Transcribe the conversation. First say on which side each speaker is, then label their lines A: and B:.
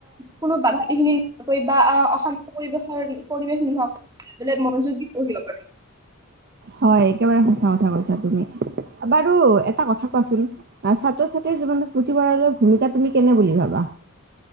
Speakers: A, on the right; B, on the right.
A: কোনো বাধা এইখিনি কৈ বা অশান্ত পৰিৱেশৰ পৰিৱেশ নোহক বোলে মনোযোগ দি পঢ়িব পাৰা
B: হয় একেবাৰে সঁচা কথা কৈছা তুমি বাৰু এটা কথা কোৱাচোন ছাত্ৰ ছাত্ৰীৰ জীৱনত পুথিভঁৰালৰ